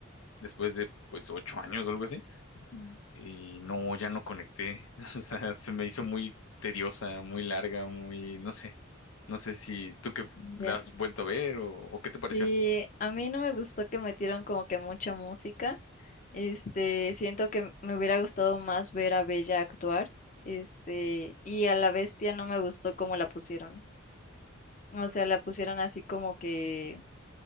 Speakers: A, on the left (about 70°); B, on the left (about 35°).
A: después de pues ocho años o algo así.
B: Mm,
A: y no, ya no conecté. <laughs> O sea, se me hizo muy tediosa, muy larga, muy, no sé. No sé si tú que la
B: Ya.
A: has vuelto a ver o, o qué te
B: Sí,
A: pareció.
B: a mí no me gustó que metieron como que mucha música. Este, siento que me hubiera gustado más ver a Bella actuar. Este, y a la bestia no me gustó cómo la pusieron. O sea, la pusieron así como que